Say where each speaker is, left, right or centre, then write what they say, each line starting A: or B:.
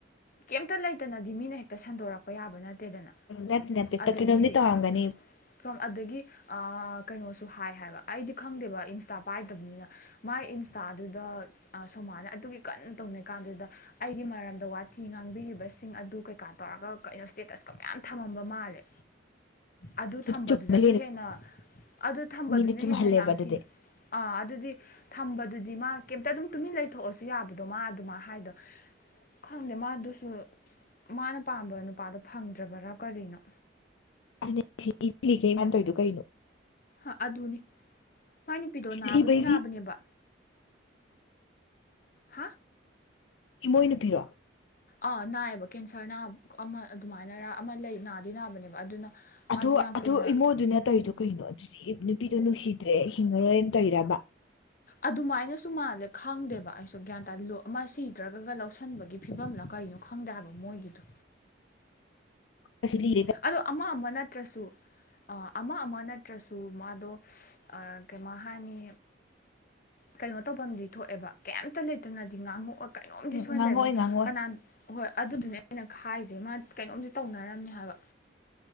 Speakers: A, on the left; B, on the left.
A: ꯀꯩꯝꯇ ꯂꯩꯇꯅꯗꯤ ꯃꯤꯅ ꯍꯦꯛꯇ ꯁꯟꯗꯣꯔꯛꯄ ꯌꯥꯕ ꯅꯠꯇꯦ ꯇꯦꯗꯅ
B: ꯅꯠꯇꯦ ꯅꯠꯇꯦ
A: ꯑꯗꯒꯤ
B: ꯀꯩꯅꯣꯝꯗꯤ ꯇꯧꯔꯝꯒꯅꯤ
A: ꯁꯣ ꯑꯗꯒꯤ ꯀꯩꯅꯣꯁꯨ ꯍꯥꯏ ꯍꯥꯏꯕ ꯑꯩꯗꯤ ꯈꯪꯗꯦꯕ ꯏꯟꯁꯇꯥ ꯄꯥꯏꯗꯕꯅꯤꯅ ꯃꯥꯥꯏ ꯏꯟꯁꯇꯥꯗꯨꯗ ꯁꯣꯃꯥꯅ ꯑꯗꯨꯒꯤ ꯀꯟꯅ ꯇꯧꯅꯩ ꯀꯥꯟꯗꯨꯗ ꯑꯩꯒꯤ ꯃꯔꯝꯗ ꯋꯥ ꯊꯤ ꯉꯥꯡꯕꯤꯔꯤꯕꯁꯤꯡ ꯑꯗꯨ ꯀꯩꯀꯥ ꯇꯧꯔꯒ ꯀꯩꯅꯣ ꯁ꯭ꯇꯦꯇꯁꯀ ꯃꯌꯥꯝ ꯊꯝꯃꯝꯕ ꯃꯥꯜꯂꯦ ꯑꯗꯨ ꯊꯝꯕꯗꯨꯅꯁꯨ
B: ꯆꯨꯝꯕ
A: ꯍꯦꯟꯅ ꯑꯗꯨ ꯊꯝꯕꯗꯨꯅ
B: ꯃꯤꯅ ꯆꯨꯝꯍꯜꯂꯦꯕ
A: ꯍꯦꯟꯅ ꯌꯥꯝ
B: ꯑꯗꯨꯗꯤ
A: ꯊꯤꯅ ꯑꯥ ꯑꯗꯨꯗꯤ ꯊꯝꯕꯗꯨꯗꯤ ꯃꯥ ꯀꯩꯝꯇ ꯑꯗꯨꯝ ꯇꯨꯃꯤꯟ ꯂꯩꯊꯣꯛꯑꯁꯨ ꯌꯥꯕꯗꯣ ꯃꯥ ꯑꯗꯨꯃ ꯍꯥꯏꯗꯣ ꯈꯪꯗꯦ ꯃꯥꯗꯨꯁꯨ ꯃꯥꯅ ꯄꯥꯝꯕ ꯅꯨꯄꯥꯗꯣ ꯐꯪꯗ꯭ꯔꯕꯔꯥ ꯀꯔꯤꯅꯣ
B: ꯑꯗꯨ ꯊ ꯊꯤꯈ ꯃꯥꯅ ꯇꯧꯏꯗꯣ ꯀꯩꯅꯣ
A: ꯑ ꯑꯗꯨꯅꯤ ꯃꯥꯏ ꯅꯨꯄꯤꯗꯣ ꯅꯥꯕꯨꯗꯤ
B: ꯂꯤꯕꯩꯗꯤ
A: ꯅꯥꯕꯅꯦꯕ ꯍꯥ
B: ꯏꯃꯣꯏꯅꯨꯄꯤꯔꯣ
A: ꯑꯥ ꯅꯥꯏꯌꯦꯕ ꯀꯦꯟꯁꯔ ꯅꯥꯕ ꯑꯃ ꯑꯗꯨꯃꯥꯏꯅꯔ ꯑꯃ ꯂꯩ ꯅꯥꯗꯤ ꯅꯥꯕꯅꯦꯕ ꯑꯗꯨꯅ ꯃꯥꯗꯤ
B: ꯑꯗꯨ
A: ꯌꯥꯝ
B: ꯑꯗꯨ
A: ꯀꯨꯏꯅ
B: ꯏꯃꯣꯗꯨꯅ ꯇꯧꯔꯤꯗꯣ ꯀꯩꯅꯣ ꯗꯤ ꯅꯨꯄꯤꯗꯣ ꯅꯨꯡꯁꯤꯗ꯭ꯔꯦ ꯍꯤꯡꯉꯔꯣꯏꯅ ꯇꯧꯏꯔꯕ
A: ꯑꯗꯨꯃꯥꯏꯅꯁꯨ ꯃꯥꯜꯂꯦ ꯈꯪꯗꯦꯕ ꯑꯩꯁꯨ ꯒ꯭ꯌꯥꯟ ꯇꯥꯂꯨ ꯑꯃ ꯁꯤꯈ꯭ꯔꯒꯒ ꯂꯧꯁꯤꯟꯕꯒꯤ ꯐꯤꯕꯝꯂ ꯀꯩꯅꯣ ꯈꯪꯗꯦ ꯍꯥꯏꯕ ꯃꯣꯏꯒꯤꯗꯣ
B: ꯑꯁꯤ ꯂꯤꯔꯦ
A: ꯑꯗꯣ ꯑꯃ ꯑꯃ ꯅꯠꯇ꯭ꯔꯁꯨ ꯑꯃ ꯑꯃ ꯅꯠꯇ꯭ꯔꯁꯨ ꯃꯥꯗꯣ ꯀꯩꯃ ꯍꯥꯏꯅꯤ ꯀꯩꯅꯣ ꯇꯧꯐꯝꯗꯤ ꯊꯣꯛꯑꯦꯕ ꯀꯩꯝꯇ ꯂꯩꯇꯅꯗꯤ ꯉꯥꯡꯉꯛꯑ ꯀꯩꯅꯣꯝꯗꯤ
B: ꯉꯥꯡꯉꯛꯑꯣꯏ
A: ꯁꯣꯏ ꯂꯩꯝꯅꯤ
B: ꯉꯥꯡꯉꯛꯑꯣꯏ
A: ꯀꯅꯥ ꯍꯣꯏ ꯑꯗꯨꯗꯨꯅꯦ ꯑꯩꯅ ꯈꯥꯏꯁꯦ ꯃꯥ ꯀꯩꯅꯣꯝꯗꯤ ꯇꯧꯅꯔꯝꯅꯤ ꯍꯥꯏꯕ